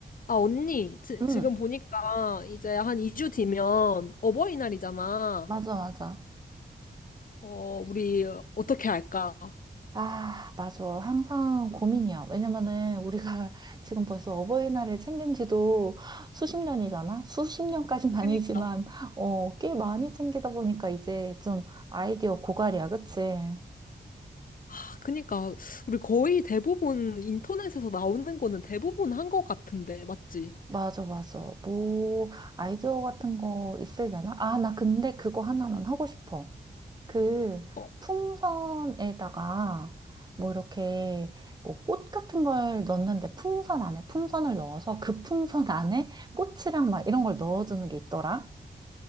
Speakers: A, on the left; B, on the right.
A: 아, 언니, 지,
B: 응,
A: 지금 보니까 이제 한 2주 뒤면 어버이날이잖아.
B: 맞아, 맞아.
A: 어, 우리 어떻게 할까?
B: 아, 맞아. 항상 고민이야. 왜냐면은 우리가 <laughs> 지금 벌써 어버이날을 챙긴 지도 수십 년이잖아? 수십 년까진 아니지만,
A: 그니까.
B: 어, 꽤 많이 챙기다 보니까 이제 좀 아이디어 고갈이야, 그치?
A: 아, 그니까. 우리 거의 대부분 인터넷에서 나오는 거는 대부분 한 것 같은데, 맞지?
B: 맞아, 맞아. 뭐, 아이디어 같은 거 있으려나? 아, 나 근데 그거 하나는 하고 싶어. 그
A: 어,
B: 풍선에다가 뭐 이렇게 뭐 꽃 같은 걸 넣는데 풍선 안에 풍선을 넣어서 그 풍선 안에 꽃이랑 막 이런 걸 넣어주는 게 있더라.